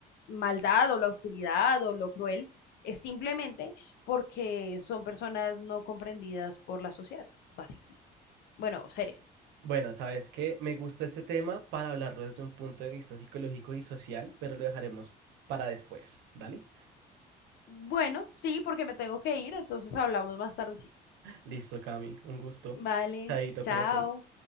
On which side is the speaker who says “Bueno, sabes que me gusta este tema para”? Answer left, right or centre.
Right